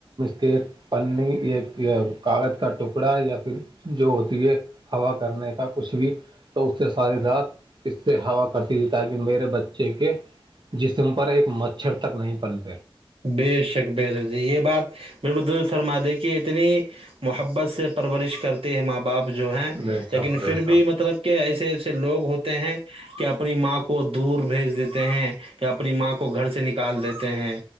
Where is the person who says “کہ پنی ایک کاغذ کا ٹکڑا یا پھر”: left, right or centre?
Right